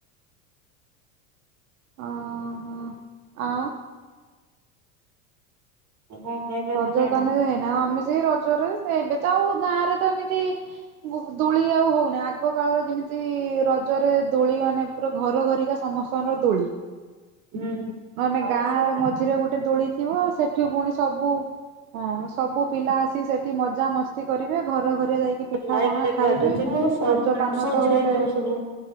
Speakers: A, on the right (about 80°); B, on the right (about 45°).
A: ହଁ ହଁ ଆ।
B: କଣ ଖାଇବା
A: ରଜ
B: ସରିଲାଣି
A: ତାହେନେ ଯାଇ ନା ଆମେ ସେଇ ରଜରେ ସେ ଏବେ ତ ଆଉ ଗାଁ ରେ ତ ଏମିତି ଗୋ ଦୋଳି ଆଉ ହଉନି ଆଗ କାଳର ଯେମିତି ର ଜରେ ଦୋଳି ମାନେ ପୁରା ଘର ଘରିକା ସମସ୍ତଙ୍କର ଦୋଳି।
B: ହୁଁ
A: ନନେ
B: ଆଉ
A: ଗାଁ
B: ସେ ନାହିଁ
A: ମଝିରେ ଗୋଟେ ଦୋଳି ଥିବ ସେଠି ପୁଣି ସବୁ। ହଁ ସବୁ ପିଲା ଆସି ସେଠି ମଜାମସ୍ତି କରିବେ ଘର ଘରିଆ ଯାଇକି ପିଠାପଣା
B: ଲାଇଟ୍ ଫାଇଟ୍
A: ଖାଇବେ
B: ବାଜୁଥିବ
A: ର ଜ ପାନ
B: ସଜା
A: ତ ଆଉ
B: ହେଇଥିବ
A: ଗୋଟେ
B: ସବୁ